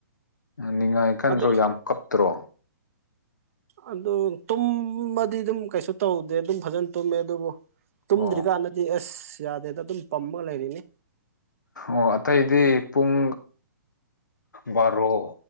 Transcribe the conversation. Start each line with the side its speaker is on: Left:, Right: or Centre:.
Left: ꯅꯤꯡꯉꯥꯏ ꯈꯟꯗ꯭ꯔꯣ
Right: ꯑꯗꯨ
Left: ꯌꯥꯝ ꯀꯞꯇ꯭ꯔꯣ
Right: ꯑꯗꯨ ꯇꯨꯝꯃꯗꯤ ꯑꯗꯨꯝ ꯀꯩꯁꯨ ꯇꯧꯗꯦ ꯑꯗꯨꯝ ꯐꯖꯅ ꯇꯨꯝꯃꯦ ꯑꯗꯨꯕꯨ ꯇꯨꯝꯗ꯭ꯔꯤꯀꯥꯟꯗꯗꯤ
Left: ꯑꯣ
Right: ꯑꯁ ꯌꯥꯗꯦꯗ ꯑꯗꯨꯝ ꯄꯝꯃꯒ ꯂꯩꯔꯤꯅꯤ
Left: ꯑꯣ ꯑꯇꯩꯗꯤ ꯄꯨꯡ ꯕꯥꯔꯣ